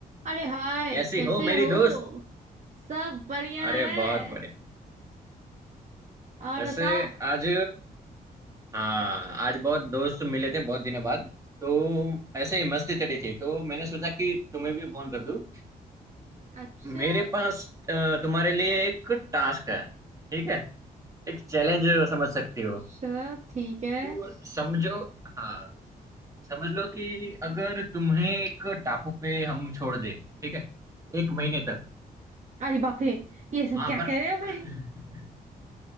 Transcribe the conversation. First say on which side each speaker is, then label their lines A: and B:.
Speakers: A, on the right; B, on the right.
A: अरे हाय
B: कैसी
A: कैसे
B: हो मेरी
A: हो
B: दोस्त
A: सब बढ़िया
B: अरे
A: है
B: बहुत बढ़िया
A: और
B: वैसे
A: बताओ
B: आज हाँ आज बहुत दोस्त मिले थे बहुत दिनों बाद तो ऐसे ही मस्ती चढ़ी थी तो मैंने सोचा कि तुम्हें भी फोन कर दूं
A: अच्छा
B: मेरे पास अ, तुम्हारे लिए एक टास्क है ठीक है एक चैलेंज समझ सकती हो
A: अच्छा ठीक है
B: तो समझो हाँ समझ लो कि अगर तुम्हें एक टापू पे हम छोड़ दे ठीक है एक महीने तक
A: अरे बाप रे ये सब
B: वहां
A: क्या
B: पर
A: कह रहे हो
B: <laughs>
A: भाई